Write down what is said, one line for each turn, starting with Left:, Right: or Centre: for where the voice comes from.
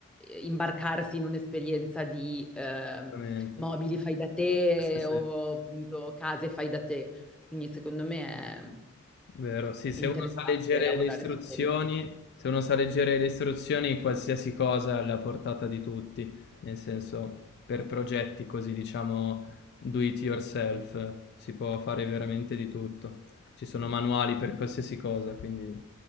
Centre: imbarcarsi in un'esperienza di eh,
Left: assolutamente.
Centre: mobili fai da te
Left: Sì, sì, sì.
Centre: o appunto case fai da te. Quindi secondo me
Left: Vero, sì, se
Centre: è, è interessante
Left: uno sa leggere
Centre: lavorare
Left: le istruzioni,
Centre: su quello.
Left: se uno sa leggere le istruzioni, qualsiasi cosa è alla portata di tutti, nel senso, per progetti così, diciamo, do it yourself, eh, si può fare veramente di tutto. Ci sono manuali per qualsiasi cosa, quindi